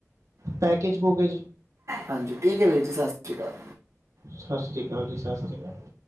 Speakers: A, on the right (about 80°); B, on the right (about 60°).
A: ਪੈਕੇਜ-ਪੁਕੈਜ
B: ਹਾਂਜੀ ਠੀਕ ਏ ਵੀਰ ਜੀ ਸਤਿ ਸ੍ਰੀ ਕਾਲ
A: ਸਤਿ ਸ੍ਰੀ ਕਾਲ ਜੀ ਸਤਿ ਸ੍ਰੀ ਕਾਲ